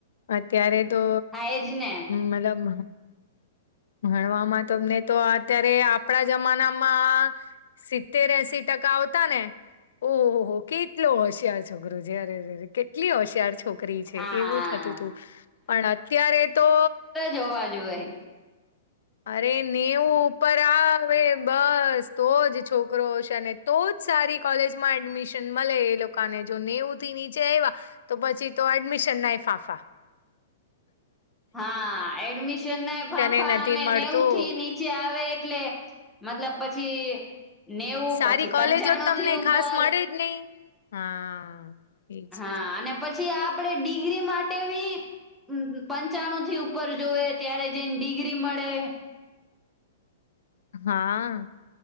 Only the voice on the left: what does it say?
અત્યારે તો
મતલબ. ભણવામાં તમને તો અત્યારે આપણા જમાનામાં. સિત્તેર એસી ટકા આવતા ને. અરે કેટલો હોશિયાર છોકરો અરે રે કેટલી હોશિયાર શોકરી. છોકરી છે
એવું થતું હતું પણ અત્યારે તો.
અરે નેવું ઉપર આવે બસ તો જ છોકરો હશે ને. તો સારી કોલેજમાં એડમિશન મળે એ લોકોને જો નેવું થી એવા. તો પછી તો એડમિશન ના ફાંફા.
એ નથી મળતું
સારી
કોલેજો જ તમને
ખાસ મળે નહી હા હા. એજ
હા.